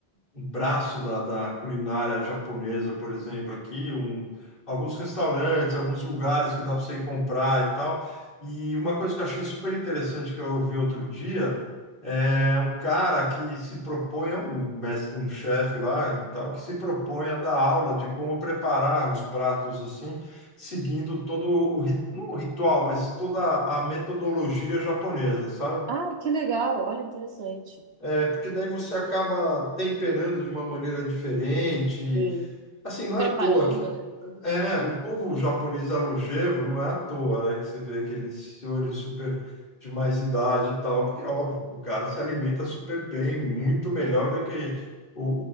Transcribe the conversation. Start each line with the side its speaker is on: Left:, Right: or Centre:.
Left: um braço da, da culinária japonesa, por exemplo, aqui, um, alguns restaurantes, alguns lugares que dá para você ir comprar e tal. E uma coisa que eu achei super interessante que eu ouvi outro dia é um cara que se propõe, é um mestre, um chefe lá, e tal, que se propõe a dar aula de como preparar os pratos assim, seguindo todo o, ri- não o ritual, mas toda a metodologia japonesa, sabe?
Right: Ah, que legal, olha, interessante.
Left: É, porque daí você acaba temperando de uma maneira diferente.
Right: Sim,
Left: Assim, não
Right: Preparando,
Left: é à toa que
Right: né? tudo.
Left: é, o povo japonês é longevo, não é à toa, né, que você vê aqueles senhores super de mais idade e tal, porque é óbvio, o cara se alimenta super bem, muito melhor do que o,